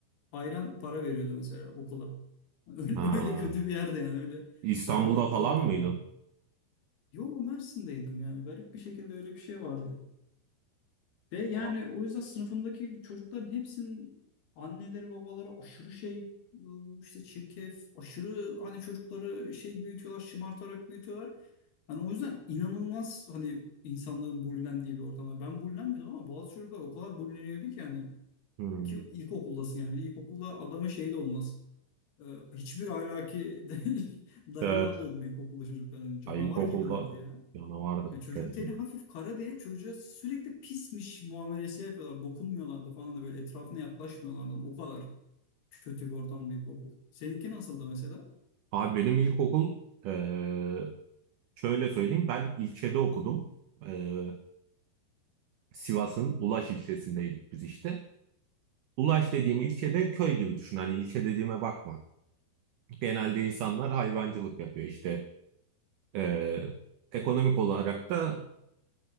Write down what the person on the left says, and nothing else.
ayran para veriyordu mesela okula. <laughs> Öyle,
öyle kötü bir yerde yani öyle
berbat
bir ortamdı.
Yo Mersin'deydim yani garip bir şekilde öyle bir şey vardı. Ve yani
o yüzden sınıfımdaki çocukların hepsinin anneleri babaları aşırı şey ıı, işte çirkef, aşırı hani çocukları şey büyütüyorlar, şımartarak büyütüyorlar. Hani o yüzden inanılmaz hani insanların bullendiği bir ortamda. Ben bullenmiyordum ama bazı çocuklar o kadar bulleniyordu ki yani.
Ki ilkokuldasın yani. Bir de ilkokulda adamın şeyi de olmaz. Ee, hiçbir ahlaki <laughs> dayanağı
da olmuyor ilkokulda çocukların. Hani Canavar
gibilerdi ya.
Ya çocuğun
teni hafif kara diye çocuğa sürekli pismiş muamelesi yapıyorlar. Dokunmuyorlardı falan da böyle etrafına yaklaşmıyorlardı. O kadar kötü bir ortam bir okul. Seninki nasıldı mesela?